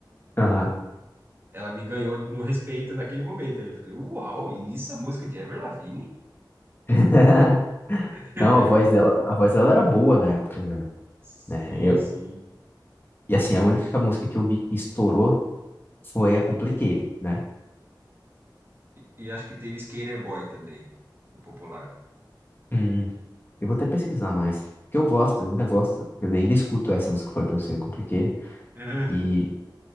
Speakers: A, on the left; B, on the right.
A: Aham.
B: Então, ela me ganhou no respeito naquele momento. Ali eu falei, uau, e isso é música de Avril Lavigne?
A: <laughs>
B: É. <laughs>
A: Não, a voz dela, a voz dela era boa na época já,
B: Sim,
A: né? Eu,
B: sim.
A: e assim, a única música que eu vi que estourou foi a Complicated, né?
B: E, e acho que teve Skater Boy também, no popular.
A: Hum, eu vou até pesquisar mais. Porque eu gosto, eu ainda gosto, quer dizer, ainda escuto essa música que eu falei pra você, Complicated.
B: É, é.
A: E